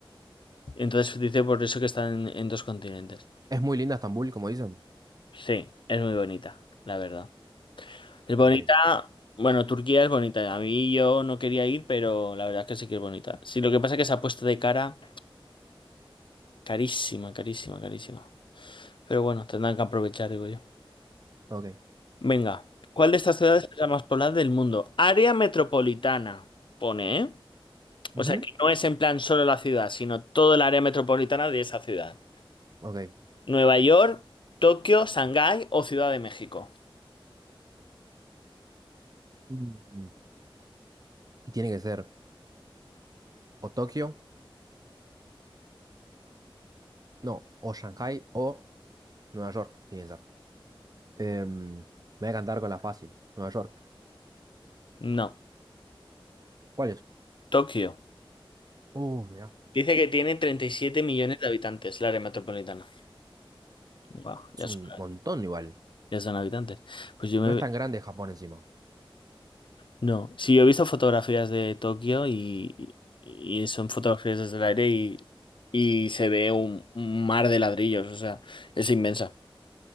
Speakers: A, on the left; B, on the right.
A: Entonces se dice por eso que está en, en dos continentes.
B: Es muy linda Estambul, como dicen.
A: Sí, es muy bonita, la verdad. Es
B: Ok,
A: bonita, bueno, Turquía es bonita. A mí yo no quería ir, pero la verdad es que sí que es bonita. Sí, lo que pasa es que se ha puesto de cara carísima, carísima, carísima. Pero bueno, tendrán que aprovechar, digo yo.
B: ok,
A: Venga, ¿cuál de estas ciudades es la más poblada del mundo? Área metropolitana, pone, ¿eh?
B: Ujú.
A: O sea, que no es en plan solo la ciudad, sino todo el área metropolitana de esa ciudad.
B: ok.
A: Nueva York, Tokio, Shanghái o Ciudad de México.
B: Mm. Y tiene que ser o Tokio, no, o Shanghai o Nueva York, tiene que ser. Em, me voy a cantar con la fácil. Nueva York.
A: No,
B: ¿Cuál es?
A: Tokio.
B: Uh, mirá.
A: Dice que tiene 37 millones de habitantes, el área metropolitana. Wow,
B: Es
A: ya
B: un
A: son,
B: montón igual.
A: ya son habitantes. Pues yo me,
B: No es tan grande Japón encima.
A: No, sí, yo he visto fotografías de Tokio y, y- y son fotografías desde el aire y, y se ve un, un mar de ladrillos, o sea, es inmensa,